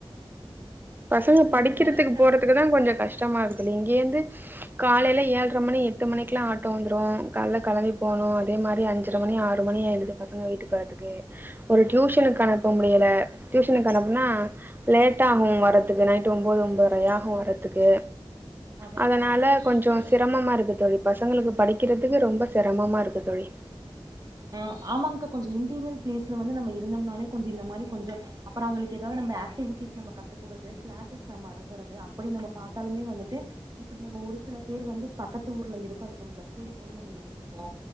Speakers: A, on the right; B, on the right.
A: பசங்க படிக்கிறதுக்கு
B: நீங்க ஜாயின் ஃபேமிலி
A: போறதுக்கு அதுதா கொஞ்சோ கஷ்டமா இருக்கு இங்கேருந்து காலையில ஏழ்ர மணி எட்டு மணிக்குலா ஆட்டோ வந்துரு கால்ல கெளம்பி போணு
B: ஆ
A: அதே மாறி அஞ்சர மணி ஆறு மணி ஆயிடுது பசங்க வீட்டுக்கு வரத்துக்கு ஒரு டியூஷனுக்கு
B: ஆ
A: அனுப்ப முடியல டியூசனுக்கு அனுப்புனா லேட் ஆகு உங்க பத்துக்கு நைட்டு ஒம்போது ஒம்பதரை ஆகு வரதுக்கு
B: அதா
A: அதனால
B: அதா வந்து
A: கொஞ்சோ
B: இன்டீரியர்
A: சிரமமா இருக்கு தோழி பசங்களுக்கு படிக்கிறதுக்கு ரொம்ப செரமமா இருக்கு தோழி
B: அ ஆமாங்கா கொஞ்சோ இன்டீரியர் பிளேஸ்ல வந்து நம்ம இருந்தம்னாலே கொஞ்சோ இந்த மாறி கொஞ்சோ அப்பறோ அவங்களுக்கு எதாவது நம்ப ஆக்டிவிட்டிஸ் நம்ப கத்துக்கூடுது கிளாஸஸ் நம்ப அனுப்புறது அப்படி நம்ப பாத்தாலுமே வந்துட்டு இப்படி நம்ம ஒரு சில பேர் வந்து பக்கத்து ஊர்ல இருக்கோ அதுக்கு நம்ம பஸ் ஏறி போணும்னு நம்ப யோசிப்போ